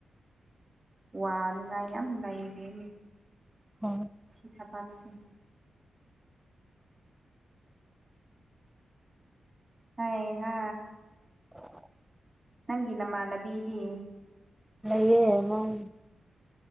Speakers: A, on the right; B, in the centre.
A: ꯋꯥꯅꯤꯡꯉꯥꯏ ꯌꯥꯝ ꯂꯩꯔꯤꯌꯦꯅꯦ꯫
B: ꯍꯣꯏ꯫
A: ꯁꯤ ꯊꯥꯕꯥꯛꯁꯤ꯫ ꯍꯩ ꯍꯥ꯫
B: <unintelligible>
A: ꯅꯪꯒꯤ ꯅꯃꯥꯟꯅꯕꯤꯗꯤ꯫
B: ꯂꯩꯌꯦ ꯃꯪ